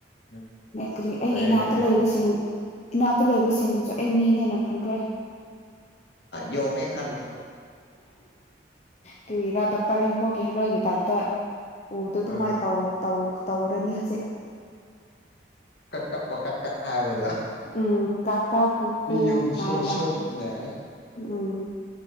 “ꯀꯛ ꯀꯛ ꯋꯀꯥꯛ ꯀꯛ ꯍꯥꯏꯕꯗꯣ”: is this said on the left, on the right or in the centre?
Left